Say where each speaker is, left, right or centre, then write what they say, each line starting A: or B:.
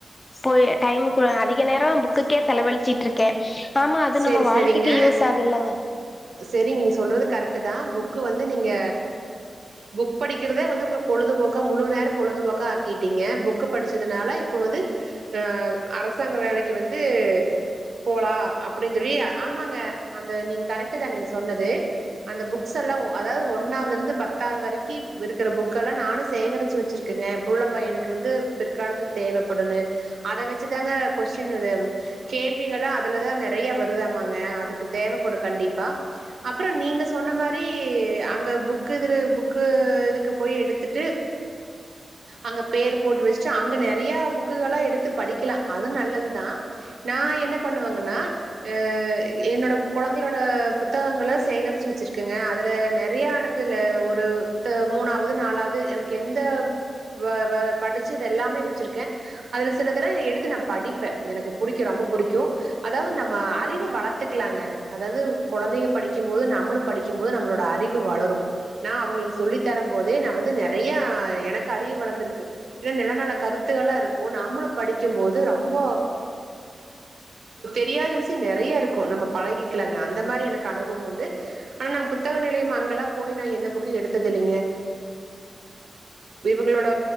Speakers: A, on the left; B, on the right.
A: போய் டைம் அதிக நேரம் புக்குக்கே செலவழிச்சுட்டு இருக்கே ஆமா அது
B: சரி
A: நம்ம வாழ்க்கைக்கு
B: சரிங்க
A: யூஸ் ஆகுல்லங்க
B: சரி நீங்க சொல்றது கரெக்ட் ட்டு தா புக்கு வந்து நீங்க புக் படிக்கிறதே வந்து உங்களுக்கு பொழுது போக்கா முழுநேர பொழுதுபோக்கா ஆக்கிட்டிங்க புக்கு படிச்சதுனால இப்ப வந்து அ அரசாங்க வேலைக்கி வந்து போலா அப் அப்டினு சொல்லி ஆமாங்க அந்த கரெட்டு தா நீங்க சொன்னது அந்த புக்ஸ் எல்லா அதாவது ஒன்னாவதுல இருந்து பத்தாவது வரைக்கு இருக்குற புக்கு எல்லா நானு சேகரிச்சு வச்சிருக்கேங்க இப்ப உள்ள பையனுக்கு வந்து பிற்காலத்துல தேவைப்படுண அதை வச்சு இதாங்க கொஸ்டின் அது கேள்விகளெல்லாம் அதுலதாங்க நிறைய வருதாமாங்க அதுக்கு தேவைப்படும் கண்டிப்பா அப்புறம் நீங்க சொன்ன மாதிரி அங்க புக் இது புக்கு இதுக்கு போய் எடுத்துட்டு அங்க பேர் போட்டு வச்சுட்டு அங்க நிறைய புக் புக்குககெல்லாம் எடுத்து படிக்கலாம் அது நல்லதுதான் நான் என்ன பண்ணுவேங்கன்னா அஹ் என்னோட குழந்தையோட புத்தகங்கள சேகரிச்சு வச்சிருக்கங்க அதுல நிறைய எனக்குல ஒரு மூணாவது நாலாவது எனக்கு எந்த வெவேபடிச்ச படிச்சதெல்லாமே வச்சிருக்கேன் அதுல சிலத எடுத்து நான் படிப்பேன் எனக்கு பிடிக்கும் ரொம்ப பிடிக்கும் அதாவது ந நம்ம அறிவை வளர்த்துக்கலாங்க அதாவது குழந்தைங்க படிக்கும்போது நம்மளும் படிக்கும்போது நம்மளோட அறிவு வளரும் நான் அவங்களுக்கு சொல்லி தரும் போதே நான் வந்து நிறைய எனக்கு அறிவு வளர்ந்திருக்கு ஏன் சில நல்ல கருத்துக்களும் இருக்கும் நம்மளும் படிக்கும்போது ரொம்ப பிரியாரிட்டி நிறைய இருக்கும் நம்ம பழகிக்கலாங்க அந்த மாதிரி எனக்கு அனுபவம் உண்டு ஆனா புத்தக நிலையம் அங்கெலாம் போய் நா எந்த புக்கு எடுத்ததில்லைங்க இவங்களோட